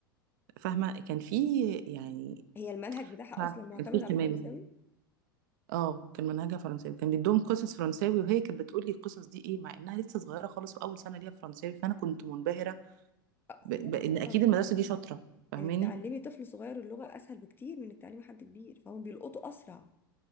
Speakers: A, on the right; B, on the left.
A: فاهمه كان في يعني
B: هي المنهج بتاعها
A: مش عارفة،
B: اصلا معتمد
A: كان في اهتمام
B: على الفرنساوي
A: اه كان منهجها فرنساوي كان بيدوهم قصص فرنساوي وهي كانت بتقول لي القصص دي ايه مع انها لسه صغيره خالص واول سنه ليها فرنساوي فانا كنت منبهره
B: أه، خدي
A: ب...
B: بالك
A: بان
B: اصلا
A: اكيد المدرسه دي شاطره فاهماني
B: انك تعلمي طفل صغير اللغه اسهل بكتير من انك تعلمي حد كبير فهم بيلقطوا اسرع